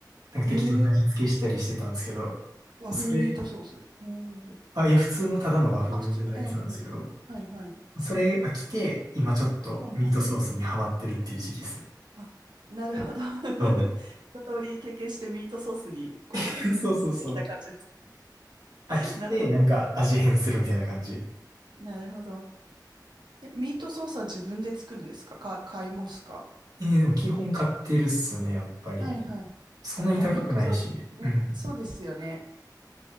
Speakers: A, on the right (about 60°); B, on the right (about 80°).
A: なんか適当に味付けしたりしてたんですけど、
B: えー、和風ミートソース。
A: それ
B: おー
A: あ、いや、普通のただの和風のやつなんですけど、
B: あ、普通の永遠、えはいはい。
A: それ飽きて、今ちょっとミートソースにハマってるっていう時期です。
B: はいはい。あなるほど。<laughs>
A: そう。
B: 一通り経験してミートソースにこう持ってきた感じです
A: <laughs> そうそうそう。飽きて、
B: ね <laughs> なるほど。
A: なんか味変するみたいな感じ。
B: なるほど。で、ミートソースは自分で作るんですかか、買いますか
A: えー、でも基本買ってるっすね、やっぱり。
B: はいはい。
A: そんなに高くないし。
B: まあ、ミートソースね、
A: うん。
B: そうですよね。